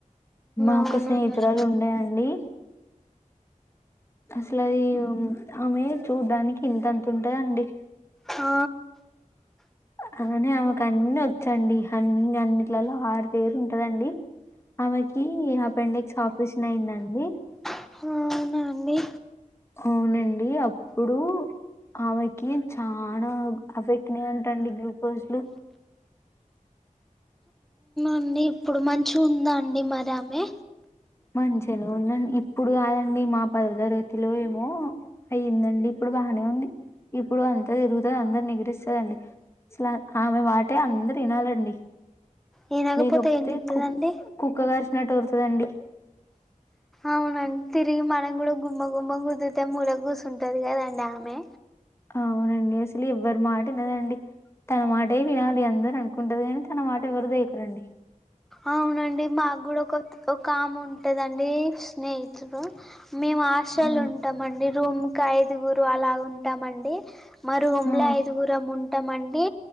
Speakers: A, on the left; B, in the centre.
A: మా
B: అవును
A: ఒక్క స్నేహితురాలు ఉండే అండి అసలు అది ఆమె చూడ్డానికి ఇంతంత ఉంటదండి
B: ఆ
A: తననే ఆమెకు అన్ని వచ్చండి అన్ని అన్నింటిలలో ఆరుదేరు ఉంటదండి ఆమెకి అపెండిక్స్ ఆపరేషన్ అయిందండి
B: అ అవునా అండి
A: అవునండి అప్పుడు ఆమెకి చానా అఫెక్ట్నే ఉంటండి గ్లూకోజ్లు
B: అన్నీ ఇప్పుడు మంచిగుంద అండి మరి ఆమె
A: మంచిగానే ఉందండి ఇప్పుడు కాదండి మా పదోవతరగతిలో ఏమో అయ్యందండి ఇప్పుడు బాగానే ఉంది ఇప్పుడు అంత తిరుగుతది అందనెగిరిస్తుందిండి అసలా ఆమె మాటే అందరు వినాలండి
B: వినకపోతే
A: లేకపోతే
B: ఏం చెప్తదండి
A: కు కుక్క కరిచినట్టు ఓరుతదండి
B: అవునం తిరిగి మన కూడా గుమ్మ గుమ్మ కుదుతే ముర కూర్స్ ఉంటది కదండి ఆమె
A: అవునండి అసలు ఎవ్వరి మాట లేదండి తన మాటే వినాలి అందరు అనుకుంటది కాని తన మాట ఎవరుదేకరండి
B: అవునండి మాకు కూడా ఒక ఒక కామె ఉంటదండి స్నేహితులు మేము హాస్టల్
A: ఆ
B: ఉంటామ అండి రూమ్కి ఐదుగురు అలా ఉంటామండి మరూమ్ంలో
A: ఆ
B: ఐదుగురమ్ ఉంటామండి.